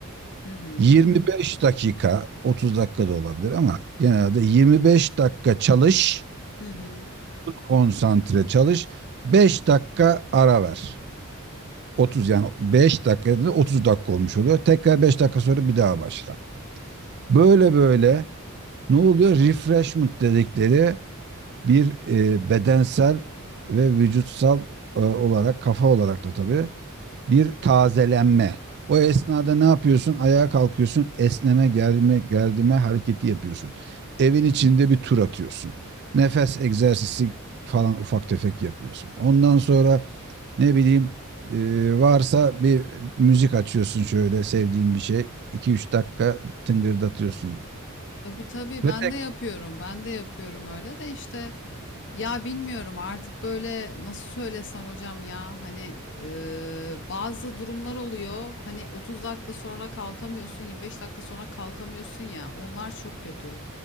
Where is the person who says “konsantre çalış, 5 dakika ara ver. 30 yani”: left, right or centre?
Right